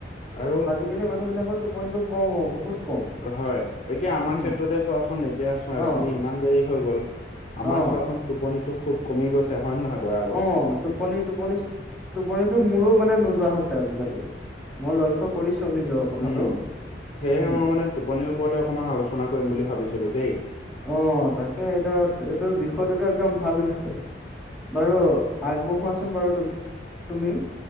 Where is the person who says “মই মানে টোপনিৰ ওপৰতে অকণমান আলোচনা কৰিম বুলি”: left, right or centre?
Left